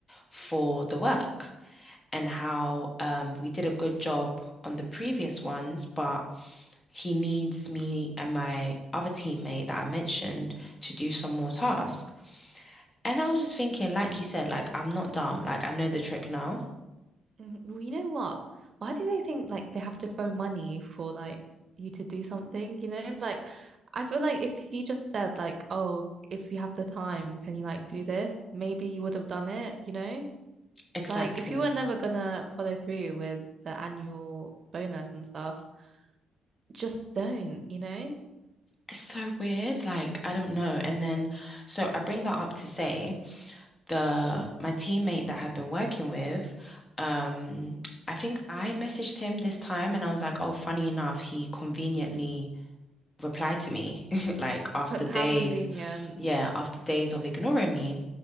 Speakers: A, on the left; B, on the right.
A: for the work and how um we did a good job on the previous ones, but he needs me and my other teammate that I mentioned to do some more tasks. And I was just thinking, like you said, like I'm not dumb. Like I know the trick now.
B: Mhm. Well, you know what? Why do they think like they have to throw money for like you to do something? You know, like I feel like if he just said like, "Oh, if you have the time, can you like do this?" Maybe you would have done it, you know?
A: Exactly.
B: Like if you were never gonna follow through with the annual bonus and stuff, just don't, you know?
A: It's so weird. Like I don't know. And then so I bring that up to say the my teammate that I've been working with, um, I think I messaged him this time and I was like, oh, funny enough, he conveniently replied to me <laughs> like after
B: <laughs>
A: days,
B: How convenient.
A: yeah, after days of ignoring me.